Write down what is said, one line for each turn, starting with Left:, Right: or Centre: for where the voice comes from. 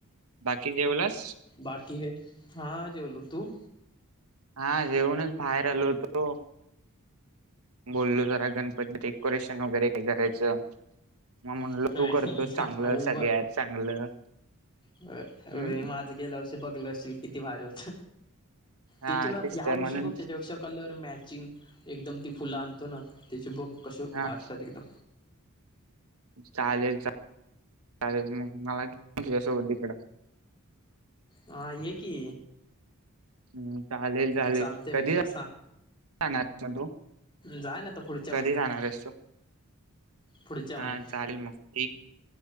Right: बाकी जेवलास
Left: बाकी हा जेवलो तू.
Right: हा जेऊणच बाहेर आलो होतो बोललो जरा गणपती. डेकोरेशन वगैरे काही करायचं. मग म्हणल
Left: आवड
Right: तू करतोस चांगलं सगळ्यात चांगलं.
Left: हो
Right: हम्म
Left: माझं गेलं अष बघलं असेल किती भार होत
Right: हा
Left: ते तुला
Right: तेच
Left: या्यावर्षी
Right: तर म्हणून
Left: बघ त्याच्यापेक्षा कलर मॅचिंग एकदम ती फुलां. तातून त्याचे बुक कस
Right: हा
Left: वाटात एकदम.
Right: चालेल. चालेल मग मला यासोबत तिकड.
Left: हा ये की.
Right: हम्म चालेल चालेल
Left: चालते मी
Right: कधी
Left: तुला
Right: जाणार म तू.
Left: जा ना आता पुढच्या
Right: कधी
Left: महिन्यात.
Right: जाणार आहेस तू
Left: पुढच्या
Right: हा
Left: महिन्यात
Right: चालेल मग ठीक